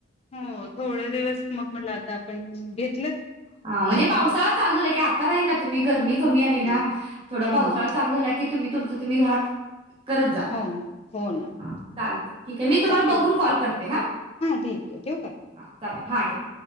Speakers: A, on the left (about 30°); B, on the right (about 30°).
A: हो थोडे दिवस मग मला आता आपण घेत
B: हा म्हणजे पावसाळा चालू झाला की आता राही ना तुम्ही गरमी कमी
A: हम्म
B: आली ना थोडा
A: हम्म
B: पावसाळा चालू झाला की तुम्ही तुमचं तुम्ही घरात करत जावा
A: हो ना हो ना
B: हा चालते ठीक आहे मी तुम्हाला
A: चालेल
B: बघून कॉल करते हा
A: ठीक आहे ठेवू का
B: हा चालेल हा ठेव